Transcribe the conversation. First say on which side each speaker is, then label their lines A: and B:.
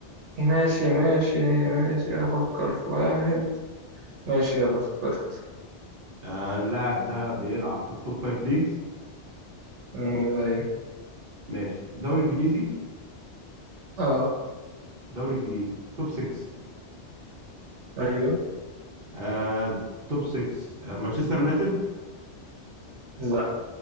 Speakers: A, on the right; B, on the right.
A: ماشي ماشي ماشي افكر في واحد ماشي يلا فكرت
B: آه اللاعب ده بيلعب في التوب فايف ليجز
A: أمم، ايوه
B: ماشي دوري انجليزي
A: اه
B: دوري انجليزي توب 6
A: ايوه
B: آه توب 6 آه مانشستر يونايتد
A: لا